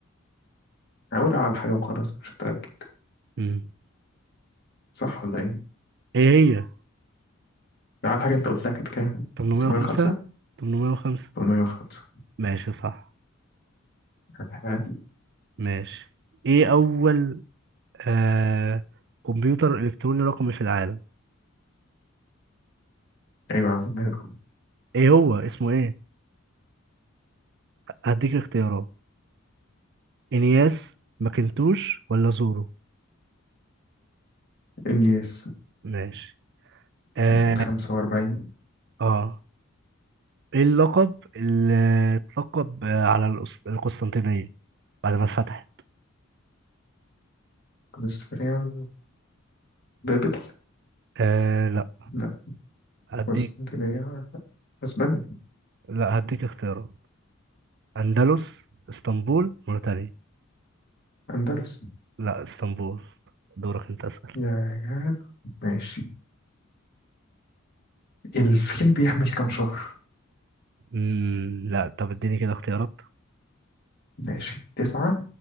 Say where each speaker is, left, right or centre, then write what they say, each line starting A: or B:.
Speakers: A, on the left (about 50°); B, on the right (about 55°).
A: أقول على حاجة وخلاص مش متأكد
B: امم
A: صح ولا إيه؟
B: ايه هي
A: ده على حاجة أنت قلتها كانت كام؟
B: 805
A: 905
B: 805
A: 805
B: ماشي صح
A: <laughs>
B: ماشي ايه أول آه كمبيوتر إلكتروني رقمي في العالم؟
A: أيوة يا عم
B: ايه هو اسمه ايه هديك اختيارات انياس ماكنتوش ولا زورو
A: النيس
B: ماشي اه,
A: سنة 45
B: آه. ايه اللقب اللي اتلقب آه، على القس- القسطنطينية بعد ما اتفتحت
A: كونستانتينيال بابل
B: آه لا
A: لا
B: هديك
A: قسطنطينية اسبانيا
B: لا هديك اختيارات اندلس اسطنبول موريتانيا
A: اندلس
B: لا اسطنبول دورك انت اسأل
A: يا جدع ماشي الفيل بيحمل كام شهر
B: مم. لا طب اديني كده اختيارات
A: ماشي تسعة